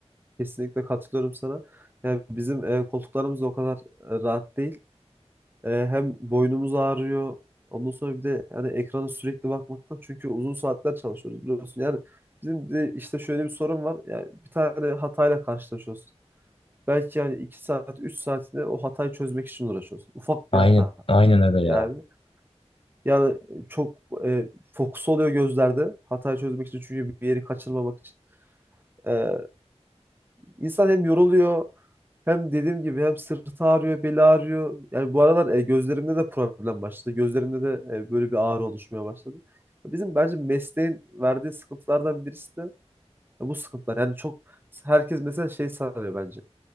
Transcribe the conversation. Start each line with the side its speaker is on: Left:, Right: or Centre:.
Right: kesinlikle katılıyorum sana. Yani bizim e, koltuklarımız da o kadar e, rahat değil. E, hem boynumuz ağrıyor. Ondan sonra bir de yani ekrana sürekli bakmaktan çünkü uzun saatler çalışıyoruz biliyorsun. Yani bizim de işte şöyle bir sorun var. Yani bir tane hatayla karşılaşıyoruz. Belki yani 2 saat 3 saatinde o hatayı çözmek için uğraşıyorsun. Ufak
Left: Aynen
Right: bir hata
Left: aynen öyle
Right: yani.
Left: ya.
Right: Yani çok e, fokus oluyor gözlerde hatayı çözmek için çünkü bir yeri kaçırmamak için. E, insan hem yoruluyor hem dediğim gibi hem sırtı ağrıyor, beli ağrıyor. Yani bu aralar e, gözlerimde de problem başladı. Gözlerimde de e, böyle bir ağrı oluşmaya başladı. Bizim bence mesleğin verdiği sıkıntılardan birisi de bu sıkıntılar. Yani çok herkes mesela şey sanıyor bence.